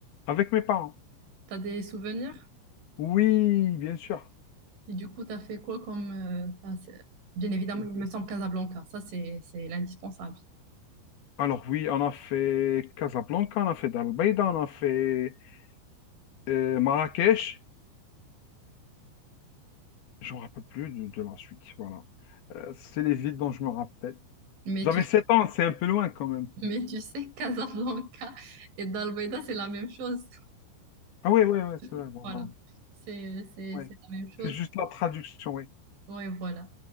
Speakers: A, on the left; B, on the right.
A: avec mes parents.
B: T'as des souvenirs?
A: Oui, bien sûr.
B: Et du coup, t'as fait quoi comme. euh, enfin, c'est- Bien évidemment, il me semble Casablanca. Ça, c'est c'est l'indispensable.
A: Alors oui, on a fait Casablanca, on a fait Dalbeida, on a fait euh, Marrakech. Je me rappelle plus de, de la suite. Voilà. Euh, c'est les villes dont je me rappelle.
B: Mais
A: J'avais
B: tu,
A: 7 ans, c'est un peu loin quand même.
B: mais tu sais, <laughs> Casablanca et Dalbeda, c'est la même chose.
A: Ah oui, oui, oui,
B: <laughs>
A: c'est vrai, bon,
B: Voilà.
A: voilà.
B: C'est c'est-
A: Ouais.
B: c'est la même chose.
A: C'est juste la traduction, oui.
B: Ouais, voilà.